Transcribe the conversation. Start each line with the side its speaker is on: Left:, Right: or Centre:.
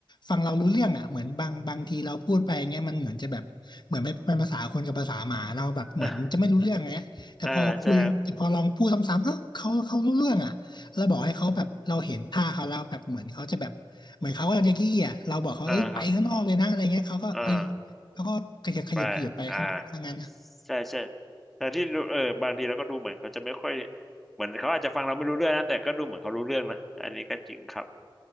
Left: ฟังเรารู้เรื่องอะเหมือนบางบางทีเราพูดไปเงี้ยมันเหมือนจะแบบเหมือนไม่เป็นภาษาคนกับภาษาหมาเราแบบเหมือนจะไม่รู้เรื่องเงี้ยแต่พอคุยแต่พอลองพูดซ้ำๆเอ้าเขาเขารู้เรื่องอะเราบอกให้เขาแบบเราเห็นท่าเขาแล้วแบบเหมือนเขาจะแบบเหมือนเขากำลังจะขี้อะเราบอกเขาเอ้ยไปข้างนอกเลยนะอะไรเงี้ยเขาก็เอ้ย
Centre: <laughs> อ่าอ่าจะอ่าครับอ่า
Left: เขาก็ขยับขยับขยับไปข้างนอกซะงั้น
Centre: ไปอ่าใช่ใช่แต่ที่รู้เออบางทีเราก็ดูเหมือนเขาจะไม่ค่อยเหมือนเขาอาจจะฟังเราไม่รู้เรื่องนะแต่ก็ดูเหมือนเขารู้เรื่องนะอันนี้ก็จริงครับ